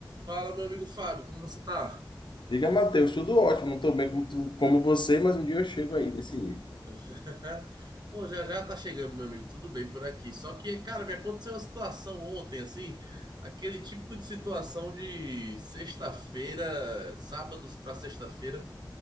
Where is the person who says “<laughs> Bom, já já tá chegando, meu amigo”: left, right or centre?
Right